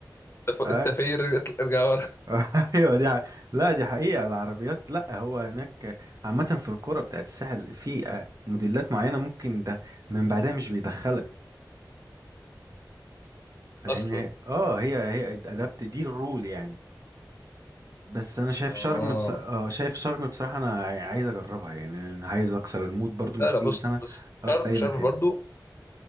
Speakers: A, on the left; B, on the right.
A: انت ف-
B: اي
A: أنت في إيه؟ ارجع ورا
B: <laughs> ايوه دي حقيقة. لا دي حقيقة العربيات لا هو هناك عامة في الكرة بتاعت الساحل في آه، موديلات معينة ممكن ده من بعدها مش بيدخلك فاهمني
A: اصلا
B: هي- اه هي هي ادابت دي الرول يعني بس انا شايف
A: اه
B: شرم بص... اه شايف شرم بصراحة انا عايز اجربها يعني أنا عايز اكسر المود برضو مش
A: لا لا
B: كل
A: بص
B: سنة
A: بص
B: اروح
A: شرم
B: في اي
A: شرم
B: مكان
A: برضو